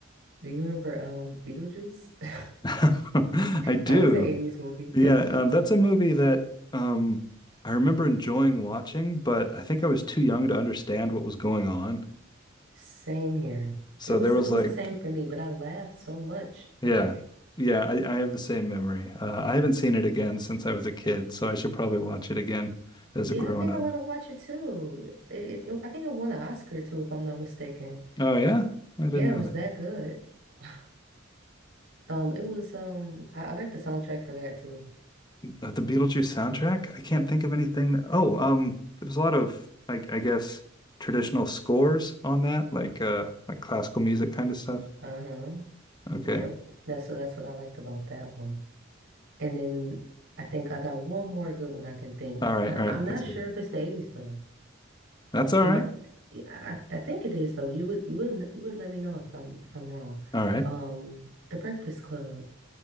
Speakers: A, on the right (about 70°); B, on the left (about 20°).
A: Do you remember um Beetlejuice? <laughs>
B: <laughs> I do.
A: That was an 80s movie.
B: Yeah, um, that's a movie that um, I remember enjoying watching, but I think I was too young to understand what was going on.
A: <laughs> Same here.
B: So
A: It was
B: there was
A: it was
B: like,
A: the same for me, but I laughed so much. <laughs>
B: yeah,
A: Like,
B: yeah, I, I have the same memory. Uh, I haven't seen it again since I was a kid, so I should probably watch it again as
A: yeah,
B: a grown
A: I think
B: up.
A: I want to watch it too. It, it I think it won an Oscar too, if I'm not mistaken.
B: Oh, yeah, I didn't
A: Yeah,
B: know
A: it was that good. <sighs> <laughs> Um, it was um I, I like the soundtrack for that too.
B: uh, the Beetlejuice soundtrack? I can't think of anything that, oh, um, there was a lot of like I guess traditional scores on that, like uh like classical music kind of stuff.
A: Uh-huh.
B: Okay.
A: Yep. That's so that's what I liked about that one. And then I think I got one more good one I can think.
B: All right,
A: I,
B: all
A: I'm
B: right,
A: not
B: let's
A: sure
B: hear it.
A: if it's the 80s though.
B: That's all right.
A: Am I? yeah, I I think it is though. You would you would you would let me know if I'm if I'm wrong.
B: All right.
A: Um, The Breakfast Club.